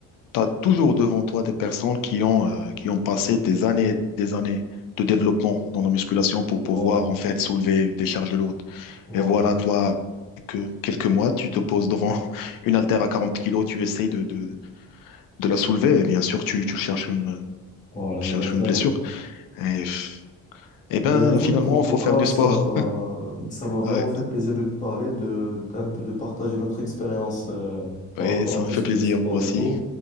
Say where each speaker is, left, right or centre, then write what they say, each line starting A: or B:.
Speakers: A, on the left (about 80°); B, on the left (about 20°).
A: tu as toujours devant toi des personnes qui ont, euh, qui ont passé des années, et des années de développement dans la musculation pour pouvoir
B: Voilà,
A: en fait soulever des charges lourdes.
B: voilà,
A: Et voilà, toi, que quelques mois, tu te poses devant <laughs> une haltère à 40 kilos, tu essayes de, de, de la soulever, et bien sûr, tu, tu cherches une,
B: voilà,
A: tu
B: exactement.
A: cherches une blessure. Et, et ben,
B: Ben écoute,
A: finalement,
B: en tout
A: faut
B: cas,
A: faire du
B: ça,
A: sport.
B: ça m'a vraiment
A: Ouais,
B: fait plaisir de te parler, de, d'un peu de partager notre expérience euh, par
A: ouais,
B: rapport
A: ça
B: à tout
A: me fait
B: ce qui
A: plaisir
B: est sport
A: aussi.
B: et tout.